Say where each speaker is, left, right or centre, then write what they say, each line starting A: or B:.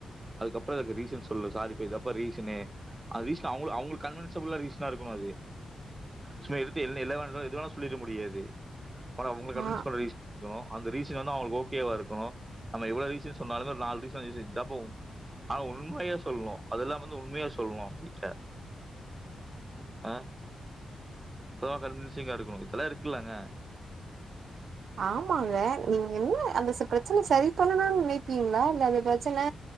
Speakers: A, on the right; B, on the right.
A: அதுக்கப்பறோ இருக்இ ரீசன் சொல்லு சாரிப்பா இதாப்பா ரீசனே அது ரீஸ்ட்டா அவுங்களு அவுங்களுக் கன்வென்சபலா ரீசனா இருக்கனு அது சும்மா எடுத்து என்ன என்னவா இதுவா எதுவேனா சொல்லிட முடியாது ஆனா உங்கள கன்வென்ஸ்
B: ஆ
A: பண்ண ரீசனு அந்த ரீஸ் இதுவந்து அவுங்களுக்கு ஓக் ஓகேவா இருக்குணு நம்ம எவ்வளவு ஈசியா சொன்னாலு நாலு ரீசன் இதாப்பா அத உண்மையா சொல்ணு அதெல்லா வந்து உண்மையா சொல்ணு கிட்ட ஆ அப்பதா கன்வென்சிங்கா இருக்கணு இதெல்லா இருக்கலாங்க
B: ஆமாங்க நீங்க என்ன அந்த செ பிரச்சன சரி பண்ணனுன்னு நெனைப்பீங்களா இல்ல அந்த பிரச்சன